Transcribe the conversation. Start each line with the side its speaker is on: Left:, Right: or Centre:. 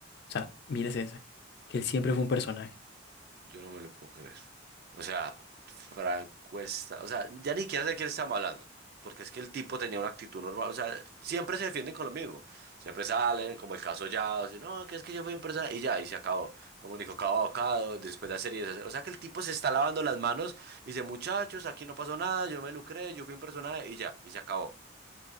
Left: O sea, mírese ese, que él siempre fue un personaje.
Right: Yo no me lo puedo creer. O sea, Frank Cuesta, o sea, ya ni siquiera sé de quién estamos hablando, porque es que el tipo tenía una actitud normal, o sea, siempre se defienden con lo mismo, siempre salen, como el caso ya, o sea, no, que es que yo fui un persona, y ya, y se acabó, como Nico Cabo Abocado, después de hacer y deshacer, o sea, que el tipo se está lavando las manos, y dice, muchachos, aquí no pasó nada, yo me lucré, yo fui un personaje, y ya, y se acabó,